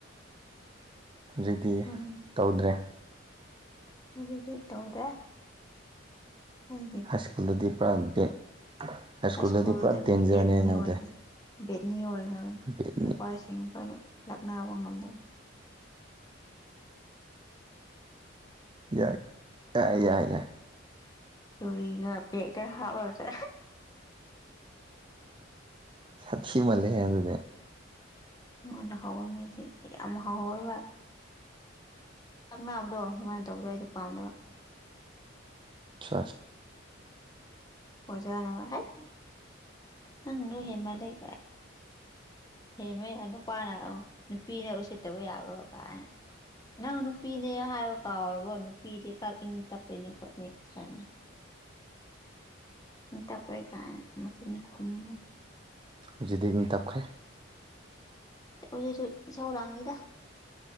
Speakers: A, on the right; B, on the left.
A: ꯍꯧꯖꯤꯛꯇꯤ
B: ꯎꯝ
A: ꯇꯧꯗ꯭ꯔꯦ
B: ꯑꯗꯨꯗꯤ ꯇꯧꯗꯦ ꯑꯩꯒꯤ
A: ꯍꯥꯏ ꯁ꯭ꯀꯨꯜꯗꯗꯤ ꯄꯨꯔꯥ ꯗꯦ ꯍꯥꯏ ꯁ꯭ꯀꯨꯜꯗꯗꯤ
B: ꯁ꯭ꯀꯨꯜꯗ
A: ꯄꯨꯔꯥ ꯗꯦꯟꯖꯔꯅꯦ
B: ꯕꯦꯠꯅꯤ
A: ꯅꯪꯗꯦ
B: ꯑꯣꯏꯕꯅꯤ ꯕꯦꯠꯅꯤ ꯑꯣꯏꯒꯔꯕꯅꯤ
A: <unintelligible>
B: ꯅꯨꯄꯥꯋꯥꯁꯤꯡ ꯐꯣꯏꯅ ꯂꯥꯛꯅꯕ ꯉꯝꯗꯅ
A: ꯌꯥꯏ ꯌꯥꯏ ꯌꯥꯏ ꯌꯥꯏ
B: ꯆꯨꯔꯤꯒ ꯕꯦꯛꯇ ꯍꯥꯞꯂꯨꯔꯁꯦ
A: ꯁꯥꯊꯤꯃꯜꯂꯦ ꯍꯦ ꯑꯗꯨꯗꯤ
B: ꯃꯉꯣꯟꯗ ꯍꯥꯎꯋ ꯃꯤꯁꯦ ꯌꯥꯝ ꯍꯥꯎꯋꯦꯕ ꯆꯥꯛꯕ꯭ꯔꯣ ꯑꯗꯨꯃꯥꯏꯅ ꯇꯧꯕ꯭ꯔꯣ ꯑꯩꯁ ꯄꯥꯝꯗꯕ
A: ꯑ
B: ꯑꯣꯖꯅꯒ ꯍꯦꯠ ꯅꯪꯒꯤꯗꯣ ꯍꯦꯜꯃꯟꯂꯦ ꯒꯥꯏ ꯍꯦ ꯃꯩꯌꯥ ꯅꯨꯄꯥꯅ ꯅꯨꯄꯤꯅ ꯎꯁꯤꯠꯇꯕ ꯌꯥꯕ꯭ꯔꯣ ꯀꯥꯏꯅ ꯅꯪ ꯅꯨꯄꯤꯅꯦ ꯍꯥꯏꯌꯣ ꯀꯥꯎꯔꯕꯣ ꯅꯨꯄꯤꯗꯤ ꯈꯛ ꯏꯪ ꯇꯞꯇꯣꯏꯅꯦ ꯈꯣꯠꯅꯤ ꯁꯥꯔꯅ ꯇꯛ ꯀꯥꯏ ꯃꯆꯤꯟ ꯈꯨꯝꯅ
A: ꯍꯧꯖꯤꯛꯇꯗꯤ ꯏꯪ ꯇꯞꯈ꯭ꯔꯦ
B: ꯍꯧꯖꯤꯛꯁꯨ ꯏꯁꯥꯎ ꯂꯥꯡꯅꯤꯗ